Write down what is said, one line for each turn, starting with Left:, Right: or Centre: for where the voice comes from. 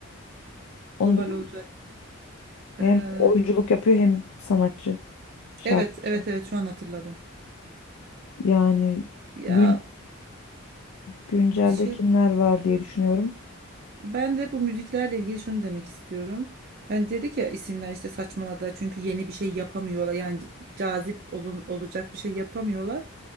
Left: Onu
Right: Zuhal
Left: biliyor
Right: Olcay.
Left: musun?
Right: Ee,
Left: Hem oyunculuk yapıyor hem sanatçı, şarkıcı.
Right: evet evet evet şu an hatırladım.
Left: Yani
Right: Ya
Left: gün, güncelde
Right: bir şey
Left: kimler var diye düşünüyorum.
Right: Ben de bu müziklerle ilgili şunu demek istiyorum. Hani dedik ya isimler işte saçmaladılar çünkü yeni bir şey yapamıyorlar. Yani cazip olun, olacak bir şey yapamıyorlar.